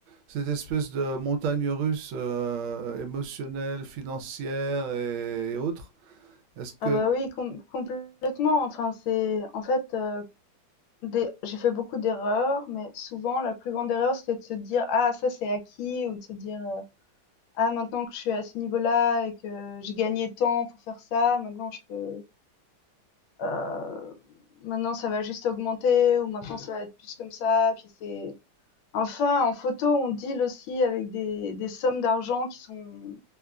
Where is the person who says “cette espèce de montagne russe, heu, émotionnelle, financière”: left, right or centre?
Right